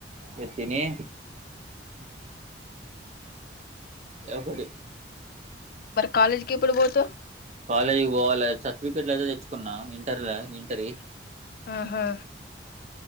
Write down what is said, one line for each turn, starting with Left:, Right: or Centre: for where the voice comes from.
Right: ఇగ తినీ ఎ ఒకటి
Left: మరి కాలేజ్కి ఎప్పుడు బోతవ్
Right: కాలేజీకి పోవాలే సర్టిఫికెట్లు అయితే తెచ్చుకున్నా ఇంటర ఇంటరియి
Left: ఆహా